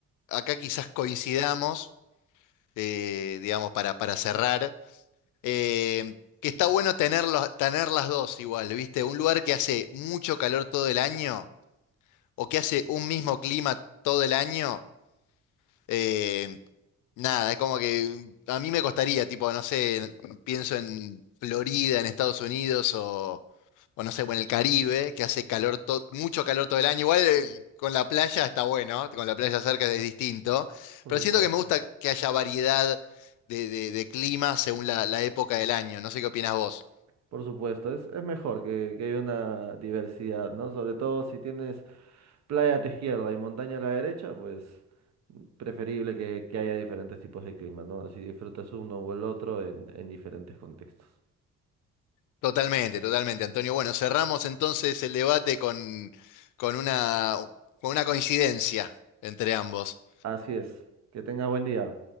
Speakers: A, on the left; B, on the right.
A: acá quizás coincidamos, eh, digamos, para, para cerrar, eh, que está bueno tener, los- tener las dos igual, ¿viste? Un lugar que hace mucho calor todo el año o que hace un mismo clima todo el año eh, Nada, es como que a mí me costaría, tipo, no sé, pienso en Florida, en Estados Unidos o, o no sé, o en el Caribe, que hace calor, to- mucho calor todo el año. Igual eh, con la playa está bueno, con la playa cerca es distinto,
B: <laughs> por
A: pero
B: supuesto,
A: siento que me gusta que haya variedad de, de, de clima según la, la época del año. No sé qué opinas vos.
B: por supuesto, es, es mejor que, que haya una diversidad, ¿no? Sobre todo si tienes playa a tu izquierda y montaña a la derecha, pues preferible que, que haya diferentes tipos de clima, ¿no? Así disfrutas uno o el otro en, en diferentes contextos.
A: Totalmente, totalmente, Antonio. Bueno, cerramos entonces el debate con, con una, con una coincidencia entre ambos.
B: Así es, que tengas buen día.